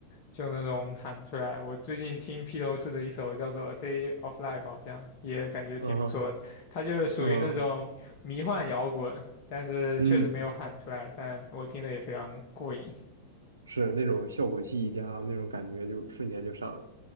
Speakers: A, on the left; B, on the right.
A: 就那种喊出来。我最近听披头士的一首叫做《A Day of Life》，好像也感觉挺不错的。
B: 嗯哼
A: 它就是属于那种迷幻摇滚，
B: 嗯
A: 但是确实没有喊出来，
B: 嗯，
A: 但我听的也非常过瘾。
B: 是那种效果器一加，那种感觉就瞬间就上来了。